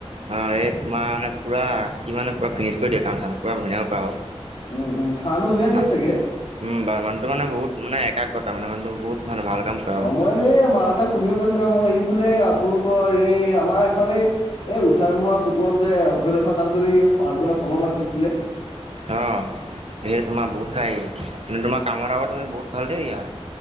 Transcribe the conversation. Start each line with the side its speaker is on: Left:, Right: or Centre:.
Right: অ একমাহ মানে পুৰা সি মানে পূৰা ফিনিছ কৰিদিয়ে কাম চাম পুৰা ধুনীয়াও পাৰা
Left: উম উম খানাটো ধুনীয়া দিয়ে
Right: হ
Left: চাগে
Right: উম বাৰু মানুহটো মানে বহুত মানে একাগ্ৰতা মানে মানুহটো বহুত মানে ভাল কাম কৰে আৰু
Left: অ মই নে মাহঁতে শুনিব পাইছো ক মোক হে বোলে আপোনালোকৰ এই আমাৰ ফালে এই উঠাই মৰা চুকত যে হোটেল এখন তাত বুলি পাছবাৰ চবাৰ ভাত লৈছিলে।
Right: অ এই তোমাৰ বহুত খাই তোমাৰ কামৰ আগত তুমি বহুত ভাল দে এয়া